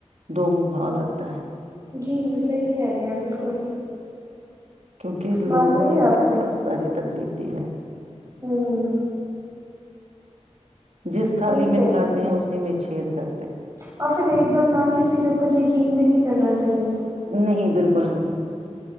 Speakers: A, on the right (about 85°); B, on the right (about 30°).
A: دو منہ لگتا ہے
B: جی صحی کہہ رہے ہیں بالکل
A: کیونکہ
B: بات
A: لوگوں
B: صحیح
A: نے
B: ہے آپ
A: بہت
B: کی
A: ساری تکلیف تی ہے
B: ہوں
A: جس تھالی
B: صحیح
A: میں
B: کہہ
A: کھاتے
B: رہے
A: ہیں اسی میں چھیید کر
B: اور پھر ایک دم نہ کسی کے اوپر یقین بھی نہیں کرنا چاہیے۔
A: نہیں بالکل نہیں۔